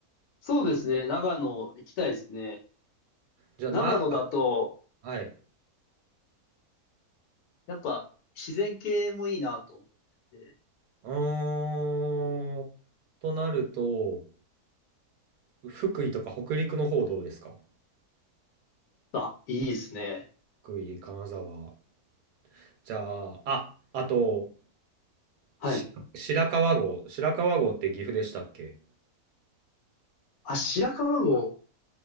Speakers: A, on the left (about 80°); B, on the right (about 85°).
A: そうですね。長野行きたいですね。
B: じゃあ、
A: 長野だと、
B: な、はい。
A: やっぱ自然系もいいなと思って。
B: うーん。となると、福井とか北陸の方どうですか
A: あ、いいですね。
B: 福井、金沢。じゃあ、あ、あと、
A: はい。
B: し白川郷。白川郷って岐阜でしたっけ
A: あ、白川郷。